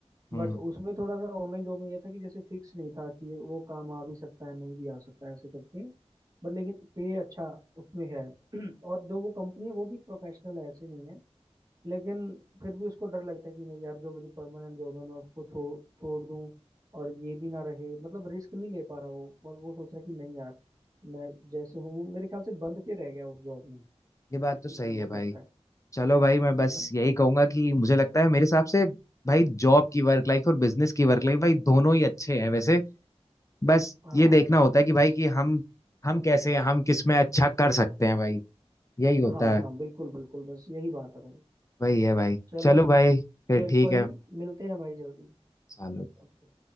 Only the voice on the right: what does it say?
बट
उसमें थोड़ा सा ऑनलाइन जॉब में ये था कि जैसे फिक्स नहीं था कि ये- वो काम आ भी सकता है नहीं भी आ सकता है ऐसे करके बट लेकिन पे अच्छा उसमें है <clears throat> और जो वो कंपनी है वो भी प्रोफेशनल है ऐसे नहीं है लेकिन फिर भी उसको डर लगता है कि नहीं यार जो मेरी परमानेंट जॉब है मैं उसको छोड़ छोड़ दूं और ये भी ना रहे मतलब रिस्क नहीं ले पा रहा वो और वो सोच रहा है कि नहीं यार मैं जैसे हूँ वो मेरे ख्याल से बंद के रह गया उस जॉब में
जो
वो
करता है
ना
हाँ
हाँ
हाँ बिल्कुल बिल्कुल बस यही बात है भाई
चलो
फिर
कोई
नहीं मिलते हैं भाई जल्दी
ओके